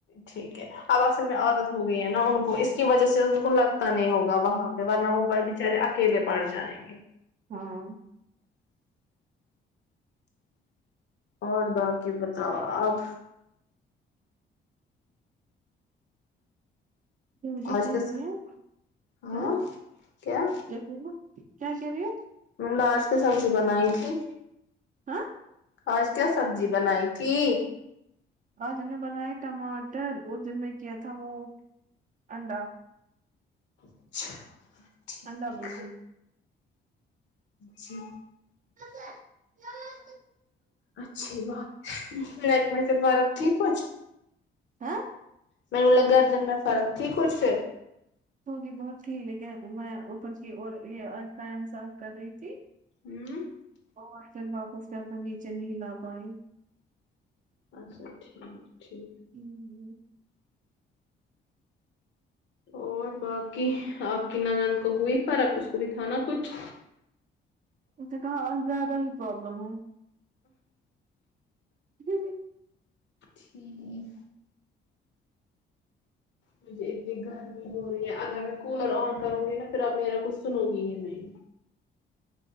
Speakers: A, on the left (about 65°); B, on the right (about 40°).
A: ٹھیک ہے اب اصل میں عادت ہو گئی ہے نا ان کو اس کی وجہ سے ان کو لگتا نہیں ہوگا وہاں ورنہ وہ بچارے ایکلے پڑ جائیں گے
B: ہاں
A: اور باقی بتاؤ آپ
B: یہ مجھے
A: آج
B: کہ
A: کے
B: رہی ہے
A: ہاں
B: ہ
A: کیا
B: دیکھو کیا کہہ رہی ہے
A: میں نے آج کی سبزی بنائی تھی
B: ہاں
A: آج کیا سبزی بنائی تھی
B: آج ہم نے بنائے ٹماٹر اس دن میں کیا تھا وہ انڈا
A: اچھا ٹھیک
B: انڈا برجی
A: جی
B: <unintelligible>
A: اچھی بات نیک <unintelligible> میں پھر فرق تھی کچھ
B: ہاں
A: مینے بولا گردن میں فرق تھی کچھ پھر
B: تو بھی بہت تھی لیکن میں اوپر کی اور یہ آج فین صاف کر رہی تھی
A: ہوں
B: اور کندھا کچھ ٹائم تک نیچے نہیں لا پائی
A: اچھا ٹھیک ٹھیک
B: ہوں
A: اور باقی آپ کی نند کو ہوئی فرق اس کو بھی تھا نا کچھ
B: اسنے کہاں آز زیادہ ہی پرابلم ہے ہوں
A: تھیک مجھے اتنی گر ہو رہی ہے اگر میں کولر آن کروں گی نا پھر اب میرا کچھ سنو گی ہی نہیں